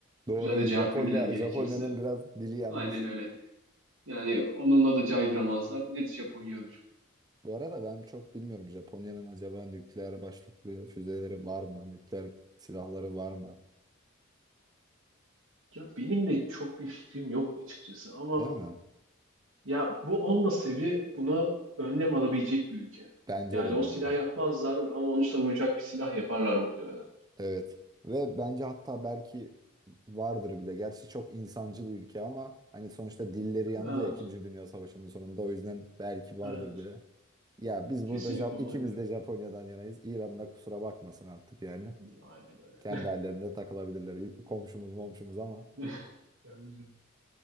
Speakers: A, on the right; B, on the right.
A: Doğru.
B: Güzel de cevap
A: <laughs> Japonya
B: verirler gerekirse.
A: Japonya'nın biraz dili yanmış.
B: Aynen öyle. Yani onunla da caydıramazlar. Net Japonya olur.
A: Bu arada ben çok bilmiyorum Japonya'nın acaba nükleer başlıklı füzeleri var mı? Nükleer silahları var mı?
B: Ya benim de çok bir fikrim yok açıkçası ama
A: Değil mi?
B: ya bu olmasa bile buna önlem alabilecek bir ülke.
A: Bence
B: Yani
A: de
B: o
A: bu
B: silah
A: arada.
B: yapmazlar ama onu savunacak bir silah yaparlar muhtemelen.
A: Evet. Ve bence hatta belki vardır bile. Gerçi çok insancıl ülke ama hani sonuçta dilleri yandı
B: Evet,
A: ya İkinci Dünya Savaşı'nın sonunda o yüzden belki vardır
B: evet.
A: bile. Ya biz
B: Kesinlikle
A: burada Ja-
B: olabilir.
A: ikimiz de Japonya'dan yanayız. İran'da kusura bakmasın artık yani.
B: Aynen öyle.
A: Kendi hallerinde takılabilirler. Ül- Komşumuz momşumuz ama
B: <laughs> Bence